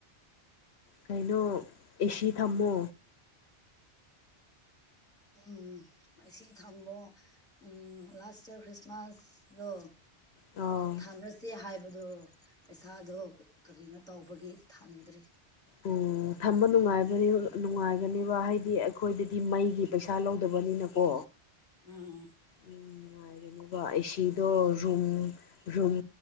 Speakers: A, on the left; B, in the centre.
A: ꯀꯩꯅꯣ ꯑꯦꯁꯤ ꯊꯝꯃꯣ
B: ꯎꯝ ꯑꯁꯤ ꯊꯝꯃ‌ꯣ ꯎꯝ ꯂꯥꯁ ꯏꯌꯥꯔ ꯈ꯭ꯔꯤꯁꯃꯥꯁꯗꯣ
A: ꯑ
B: ꯊꯝꯂꯁꯦ ꯍꯥꯏꯕꯗꯣ ꯄꯩꯁꯥꯗꯣ ꯀꯔꯤꯅꯣ ꯇꯧꯕꯒꯤ ꯊꯝꯗ꯭ꯔꯦ
A: ꯑꯣ ꯊꯝꯕ ꯅꯨꯡꯉꯥꯏꯕꯅꯤ ꯅꯨꯡꯉꯥꯏꯒꯅꯤꯕ ꯍꯥꯏꯗꯤ ꯑꯩꯈꯣꯏꯗꯗꯤ ꯃꯩꯒꯤ ꯄꯩꯁꯥ ꯂꯧꯗꯕꯅꯤꯅꯀꯣ
B: ꯎꯝ
A: ꯎꯝ ꯅꯨꯡꯉꯥꯏꯒꯅꯤꯕ ꯑꯦꯁꯤꯗꯣ ꯔꯨꯝ ꯔꯨꯝ